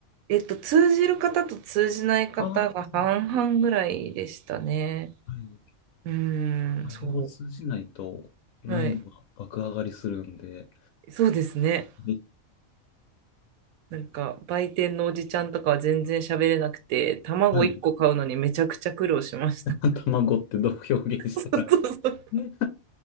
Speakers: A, on the right; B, on the left.
A: えっと、通じる方と通じない方が半々ぐらいでしたね。
B: ああはい。
A: うー
B: あ英語通じないと、
A: ん、そ
B: 難易度が爆上がりするんで、
A: う。はい。そうですね。
B: え
A: なんか、売店のおじちゃんとかは全然喋れなくて、卵1個買うのにめちゃくちゃ苦労しました。
B: はい。<laughs> 卵ってどう表現したら
A: <laughs> そうそうそう。
B: <laughs>